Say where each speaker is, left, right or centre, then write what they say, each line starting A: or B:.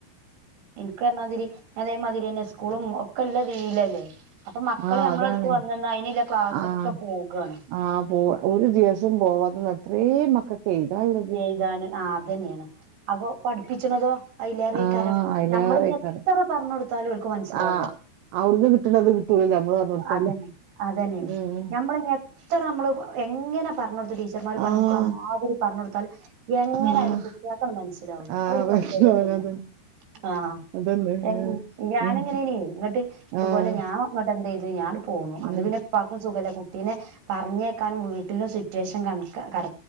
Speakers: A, on the right (about 75°); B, on the right (about 85°).
A: ഒക്കെ അതെ മാതിരി അതേമാതിരി തന്നെ സ്കൂളും- ഒക്കെ നല്ല വെയിലല്ലേ അപ്പൊ മക്കള്
B: ആഹ്
A: നമ്മളടുത്ത്
B: അതാണ്
A: വന്ന് അങ്ങ് അയിന് ക്ലാസ്
B: ആഹ്
A: ഒക്കെ പോകാണ്.
B: ആഹ് പോവാ ഒരു ദിവസം പോവാത്ത എത്രയും മക്കക്ക്‌ എഴുതാൻ ഉള്ളത്
A: എഴുതാന് ആ അത് തന്നെയാണ് അപ്പൊ പഠിപ്പിച്ചണതോ. അയിലേറെക്കാരം
B: ആഹ് അയിലേറെയ്ക്കാരം
A: ഞമ്മളിനി എത്ര പറഞ്ഞ് കൊടുത്താലും അവർക്ക് മനസ്സിലാവൂല.
B: ആഹ് അവിടുന്ന് കിട്ടണത് കിട്ടൂലല്ലോ നമ്മള് പറഞ്ഞൊടുത്താല്
A: അതന്നെ അതന്നേണ്.
B: ഉം
A: ഞമ്മള്ഞ്ഞ് എത്ര നമ്മള് എങ്ങനെ പറഞ്ഞോടുത്ത് ടീച്ചർമാര് പറഞ്ഞൊടുക്കണ
B: ആഹ്
A: മാതിരി പറഞ്ഞൊട് ത്താലും എങ്ങനെ
B: ആഹ്
A: ആയാലും കുട്ടിയാക്കങ്ങട് മനസ്സിലാവൂല്ല.
B: ആഹ്
A: അത് ഒരു പ്രത്യേകതന്നേണ്.
B: മനസ്സിലാവൂലത്
A: ആഹ്.
B: അതന്നെ
A: എൻ
B: ആഹ്
A: ഞാനങ്ങനേണേ.
B: ഉം
A: ഇങ്ങട്ട് ഇതുപോലെ
B: ആഹ്
A: ഞാൻ ഇങ്ങോട്ടന്തേയ്ത് ഞാൻ ഇങ്ങട് പോന്നു. അന്ന്
B: ആഹ്
A: പിന്നെ. ഉപ്പാക്കും സുഖല്ല. കുട്ടീനെ പറഞ്ഞേക്കാനും വീട്ടിലും സിറ്റുവേഷൻ കണക്കാ. കറ.